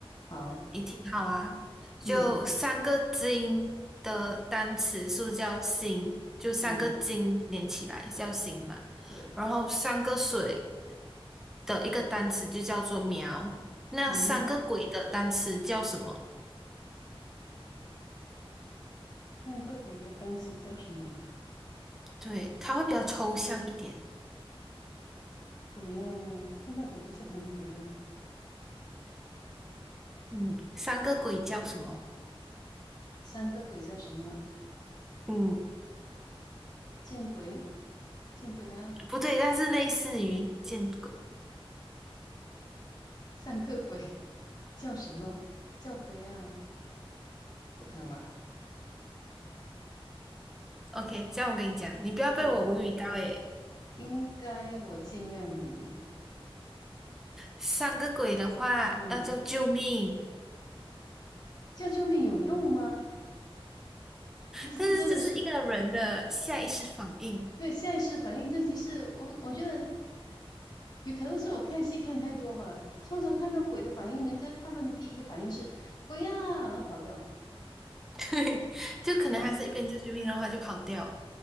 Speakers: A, on the left (about 45°); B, in the centre.
A: 好，
B: 你挺好啊。就三个金的单词是不是叫星，
A: 嗯
B: 就三个金连起来叫星嘛。
A: 嗯，对，
B: 然后三个水的一个单词就叫做苗。那三个鬼的单词叫什么？
A: 嗯哼，看个鬼的单词叫什么？
B: 对，它会比较抽象一点。
A: 鬼呀、看到鬼不是喊鬼呀、
B: 嗯，三个鬼叫什么？
A: 三个鬼叫什么？
B: 嗯，
A: 见鬼，见鬼啊！
B: 不对，但是类似于见鬼。
A: 三个鬼 <laughs> 叫什么？叫鬼啊？不可能吧？
B: OK，这样我跟你讲，你不要被我无语到诶。
A: 嗯，应该我尽量努力。
B: 三个鬼的话要叫救命。
A: 嗯，叫救命有用吗？不是，
B: 但是这是一个人的下意识反应，
A: 这真的是对下意识反应。这其实我我觉得有可能是我看戏看太多吧。通常看到鬼的反应，人家他们的第一个反应是鬼呀、啊，然后跑掉，
B: <laughs> 对，就可能他是一边救救命的话就跑掉。
A: 对吧？